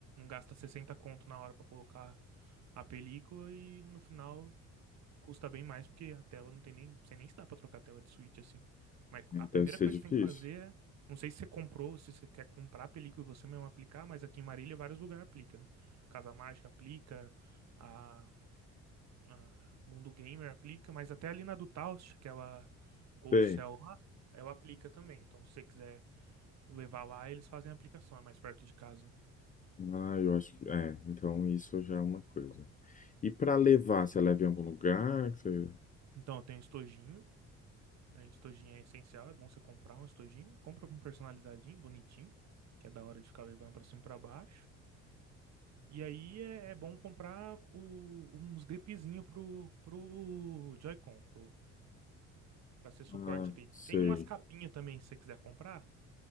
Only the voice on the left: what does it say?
deve ser
difícil.
Tem.
Ah, eu acho que. É, então isso já é uma coisa. E para levar, você leva em algum lugar? Que Você...
Ah,
sei.